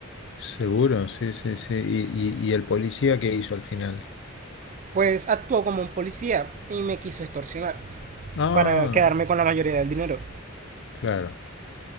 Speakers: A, on the left; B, on the right.
A: Seguro, sí, sí, sí. ¿Y, y, y el policía qué hizo al final?
B: Pues actuó como un policía y me quiso extorsionar.
A: Ah,
B: para quedarme con la mayoría del dinero.
A: claro.